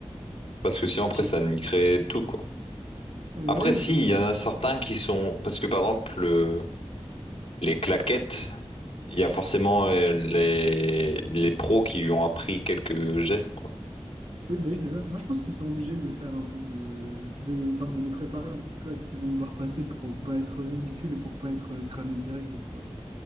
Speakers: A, on the left; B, on the right.
A: Parce que sinon, après,
B: Je-
A: ça niquerait tout, quoi.
B: Ouais,
A: Après, si,
B: je peux.
A: il y en a certains qui sont... Parce que, par exemple, le- les claquettes, il y a forcément euh, les... les pros qui lui ont appris quelques gestes, quoi.
B: Oui, bah oui, c'est ça. Moi, je pense qu'ils sont obligés de faire un peu de, de, enfin, de les préparer un petit peu à ce qu'ils vont devoir passer pour pas être ridicule et pour pas être cramé direct, tu vois.